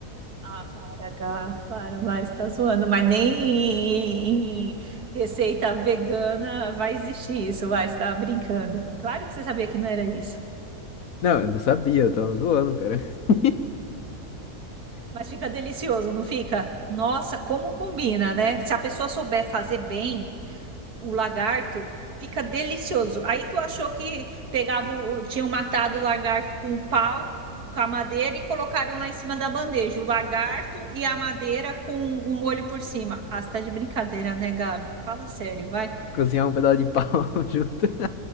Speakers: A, on the right; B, on the left.
A: Ah, para, Gá, para, mas tá zoando. Mas nem em, em receita vegana vai existir isso, vai, você tá brincando. Claro que você sabia que não era isso.
B: Não, eu não sabia, eu tava zoando, cara. <laughs>
A: Mas fica delicioso, não fica? Nossa, como combina, né? Se a pessoa souber fazer bem, o lagarto, fica delicioso. Aí tu achou que pegava, o- tinham matado o lagarto com um pau, com a madeira e colocaram lá em cima da bandeja, o lagarto e a madeira com um molho por cima. Ah, você tá de brincadeira, né, Gabi? Fala sério, vai.
B: Cozinhar um pedaço de pau <laughs> junto.